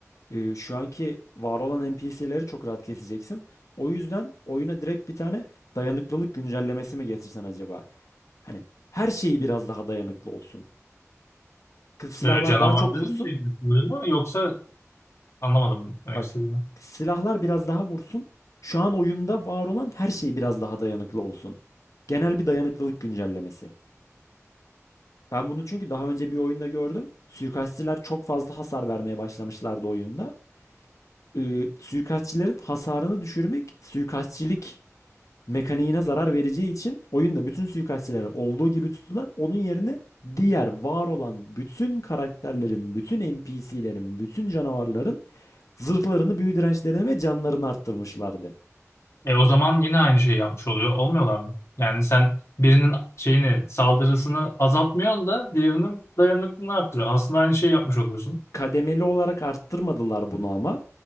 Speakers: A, on the left; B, on the left.
A: e, şu anki var olan NPC'leri çok rahat keseceksin. O yüzden oyuna direkt bir tane dayanıklılık güncellemesi mi getirsen acaba? Hani her şeyi biraz daha dayanıklı olsun. Kız silahlar
B: Böyle canavar
A: daha çok
B: dedim
A: vursun.
B: mi mı yoksa anlamadım demek
A: Bak,
B: istediğini.
A: silahlar biraz daha vursun. Şu an oyunda var olan her şey biraz daha dayanıklı olsun. Genel bir dayanıklılık güncellemesi. Ben bunu çünkü daha önce bir oyunda gördüm. Suikastçiler çok fazla hasar vermeye başlamışlardı oyunda. Ee, suikastçilerin hasarını düşürmek suikastçilik mekaniğine zarar vereceği için oyunda bütün suikastçilere olduğu gibi tuttular. Onun yerine diğer var olan bütün karakterlerin, bütün NPC'lerin, bütün canavarların zırhlarını, büyü dirençlerini ve canlarını arttırmışlardı.
B: E o zaman yine aynı şeyi yapmış oluyor. Olmuyorlar mı? Yani sen birinin şeyini saldırısını azaltmıyorsun da diğerinin dayanıklılığını arttırıyorsun. Aslında aynı şeyi yapmış oluyorsun.
A: kademeli olarak arttırmadılar bunu ama.